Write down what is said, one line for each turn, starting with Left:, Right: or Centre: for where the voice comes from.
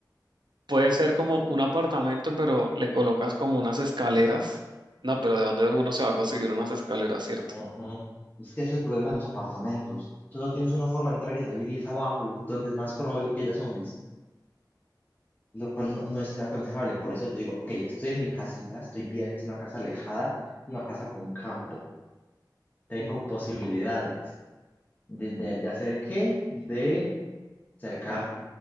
Right: Puede ser como un apartamento, pero le colocas como unas escaleras. No, pero ¿de dónde uno se va a conseguir unas escaleras, cierto?
Left: ajá. Es que ese es el problema de los apartamentos. Solo tienes una forma de entrar y salir y es abajo y es donde es más probable que haya zombies, lo cual no, no es aconsejable. Por eso yo digo, ok, estoy en mi casita, estoy bien, es una casa alejada, una casa con campo. Tengo posibilidades de, de, de hacer qué, de cercar.